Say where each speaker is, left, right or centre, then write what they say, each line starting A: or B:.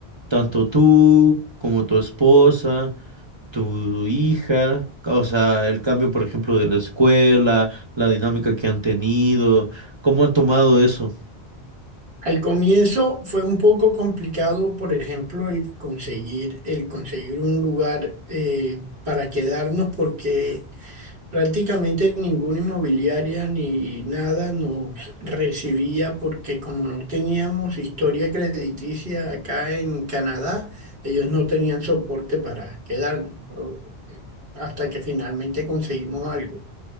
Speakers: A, on the right; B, on the right.
A: tanto tú como tu esposa, tu hija, o sea, el cambio, por ejemplo, de la escuela, la dinámica que han tenido, ¿cómo han tomado eso?
B: Al comienzo fue un poco complicado, por ejemplo, el conseguir, el conseguir un lugar eh, para quedarnos porque Prácticamente ninguna inmobiliaria ni nada nos recibía porque como no teníamos historia crediticia acá en Canadá, ellos no tenían soporte para quedarnos o- hasta que finalmente conseguimos algo.